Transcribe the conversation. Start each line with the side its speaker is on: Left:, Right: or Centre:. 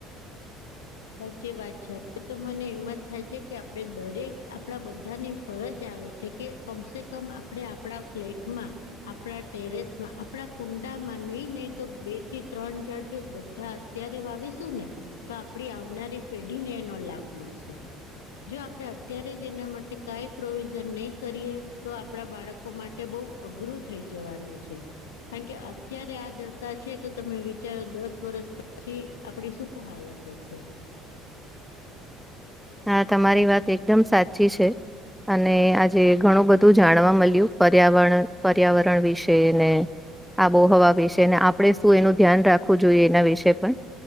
Left: સાચી વાત છે. તો મને એમ જ થાય છે, કે આપણે દરેક આપણા બધાની ફરજ આવે છે, કે કમસે કમ. આપ આપણા ફ્લેટમાં આપણા ટેરેસમાં આપણા કુંડામાં નહી નહીં તો બે બે થી ત્રણ હાર જો બધા અત્યારે વાવીશું ને તો, આપડી આવનારી પેઢીને એનો લાભ મળશે. જો આપડે અત્યારે જેના માટે કાઈ પ્રોવિઝન. નહીં કરીએ તો આપડા બાળકો માટે બહ અઘરું થઈ જવાનું છે. કારણ કે અત્યારે આ દશા છે, તો તમે વિચારો દસ વર્ષ પછી આપડી શું હાલત હશે. દશે.
Centre: હા તમારી વાત એકદમ સાચી છે. અને આજે ઘણું બધું જાણવા મળ્યું પર્યાવરણ પર્યાવરણ વિશે ને આબોહવા વિશે આપણે શું એનું ધ્યાન રાખવું જોઈએ, એના વિશે પણ